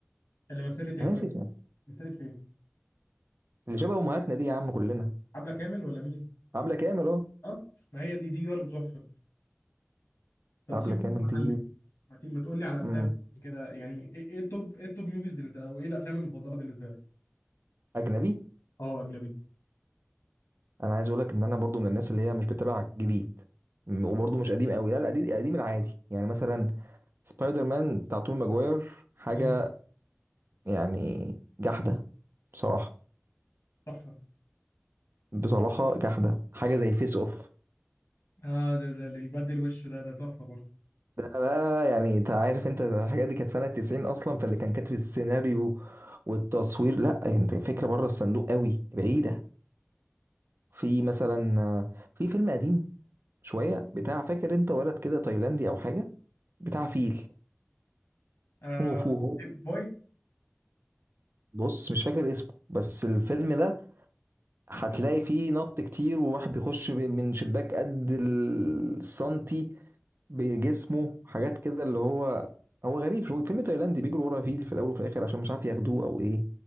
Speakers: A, on the left; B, on the right.
A: اللي مثلت ايه
B: انا
A: طيب
B: ناسي اسمها
A: مثلت فين
B: اللي شبه امهاتنا دي يا عم كلنا
A: عبلة كامل ولا مين
B: عبله كامل اهو
A: اه ما هي دي دي برضه تحفة طب
B: عبله
A: سيبك
B: كامل
A: من
B: دي
A: المعلم ما ت- ما تقول لي على افلام
B: مم.
A: كده يعني ايه إيه التوب ايه التوب موفيز بالنسبة لك، او ايه الافلام المفضلة بالنسبة لك
B: اجنبي
A: اه اجنبي
B: انا عايز اقول لك ان انا برضو من الناس اللي هي مش بتابع جديد م- وبرضو مش قديم قوي لا لا قديم قديم العادي يعني مثلا سبايدر مان بتاع توم ماجواير حاجه
A: مم،
B: يعني جحده بصراحه
A: تحفة
B: بصراحه جحده حاجه زي فيس اوف
A: اه ده, ده اللي بيبدل وشه ده ده تحفة برضه
B: ده بقى يعني انت عارف انت الحاجات دي كانت سنه 90 اصلا فاللي كان كاتب السيناريو والتصوير لا يعني انت فكره بره الصندوق قوي بعيده في مثلا آه، في فيلم قديم شويه بتاع فاكر انت ولد كده تايلاندي او حاجه بتاع فيل
A: آه
B: كونغ فو
A: بيب بوي
B: بص مش فاكر اسمه بس الفيلم ده هتلاقي فيه نط كتير وواحد بيخش ب- من شباك قد السنتي بجسمه حاجات كده اللي هو هو غريب شو فيلم تايلاندي بيجروا ورا فيل في الاول وفي الاخر عشان مش عارف ياخدوه او ايه